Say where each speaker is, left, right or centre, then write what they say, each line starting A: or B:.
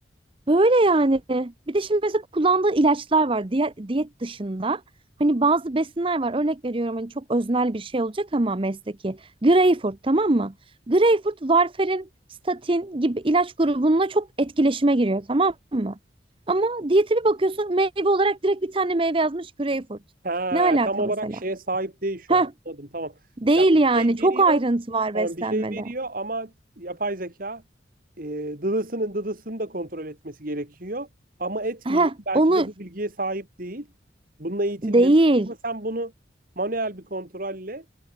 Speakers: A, on the right (about 30°); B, on the right (about 50°).
A: Böyle yani. Bir de şimdi mesela kullandığı ilaçlar var diyet, diyet dışında. Hani bazı besinler var. Örnek veriyorum hani çok öznel bir şey olacak ama mesleki. Greyfurt tamam mı? Greyfurt, varfarin, statin gibi ilaç grubununla çok etkileşime giriyor tamam mı? Ama diyete bir bakıyorsun meyve olarak direkt bir tane meyve yazmış Greyfurt.
B: Ha,
A: Ne alaka
B: tam olarak
A: mesela?
B: şeye sahip değil şu
A: Heh,
B: an. Anladım tamam.
A: değil
B: Ya
A: yani.
B: bir şey veriyor.
A: Çok ayrıntı var
B: Tamam
A: beslenmede.
B: bir şey veriyor ama yapay zeka e, dıdısının dıdısını da kontrol etmesi gerekiyor. Ama etmiyor.
A: Heh,
B: Belki
A: onu
B: de bu bilgiye sahip değil. Bununla eğitilmemiş.
A: değil.
B: Ama sen bunu manuel bir kontrolle